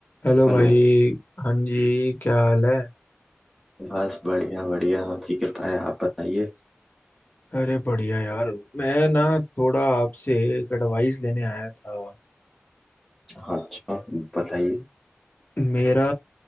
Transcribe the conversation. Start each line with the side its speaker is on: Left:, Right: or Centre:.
Left: Hello
Centre: Hello
Left: भाई हाँ जी क्या हाल है
Centre: बस बढ़िया बढ़िया आपकी कृपा है आप बताइए
Left: अरे बढ़िया यार मैं ना थोड़ा आपसे एक एडवाइस लेने आया था
Centre: हाँ अच्छा बताइए
Left: मेरा